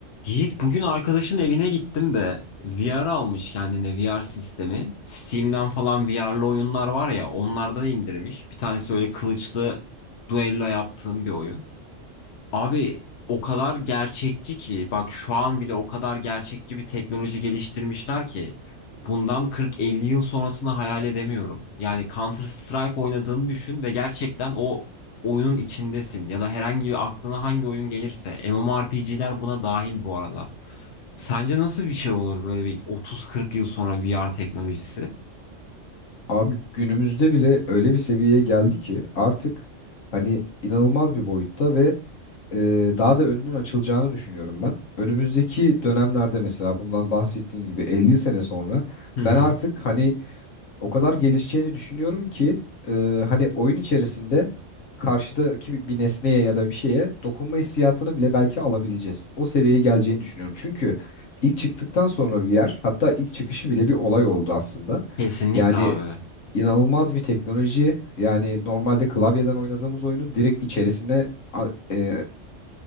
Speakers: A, on the left; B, on the left.
A: Yiğit bugün arkadaşın evine gittim de VR almış kendine VR sistemi. Steam'den falan VR'lı oyunlar var ya onlardan indirmiş. Bir tanesi böyle kılıçlı duello yaptığım bir oyun. Abi o kadar gerçekçi ki bak şu an bile o kadar gerçekçi bir teknoloji geliştirmişler ki bundan 40-50 yıl sonrasını hayal edemiyorum. Yani Counter Strike oynadığını düşün ve gerçekten o oyunun içindesin ya da herhangi bir aklına hangi oyun gelirse MMORPG'ler buna dahil bu arada. Sence nasıl bir şey olur böyle bir 30-40 yıl sonra VR teknolojisi?
B: Abi günümüzde bile öyle bir seviyeye geldi ki artık hani inanılmaz bir boyutta ve e, daha da önünün açılacağını düşünüyorum ben. Önümüzdeki dönemlerde mesela bundan bahsettiğim gibi 50 sene sonra
A: Hı
B: ben
A: hı.
B: artık hani o kadar gelişeceğini düşünüyorum ki e, hani oyun içerisinde karşıdaki bir bir nesneye ya da bir şeye dokunma hissiyatını bile belki alabileceğiz. O seviyeye geleceğini düşünüyorum. Çünkü ilk çıktıktan sonra VR hatta ilk çıkışı bile bir olay oldu aslında.
A: Kesinlikle
B: Yani
A: abi.
B: inanılmaz bir teknoloji. Yani normalde klavyeden oynadığımız oyunun direkt içerisine a- e,